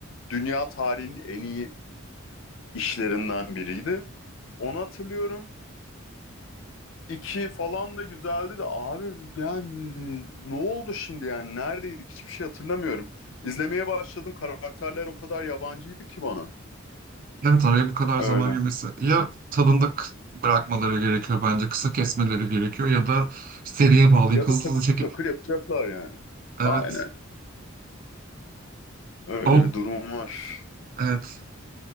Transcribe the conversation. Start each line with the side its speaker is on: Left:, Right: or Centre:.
Left: dünya tarihinin en iyi işlerinden biriydi. Onu hatırlıyorum. İki falan da güzeldi de abi yani ne oldu şimdi yani neredeydik hiçbir şey hatırlamıyorum. İzlemeye başladım karakterler o kadar yabancıydı ki bana.
Right: evet araya bu kadar
Left: Öyle.
Right: zaman girmesi. Ya tadında k- bırakmaları gerekiyor bence, kısa kesmeleri gerekiyor ya da seriye bağlayıp
Left: Ya
Right: hızlı
Left: da takır
Right: hızlı çekip
Left: takır yapacaklar yani.
Right: Evet.
Left: Aynen. Öyle
Right: O
Left: bir durum var.
Right: evet.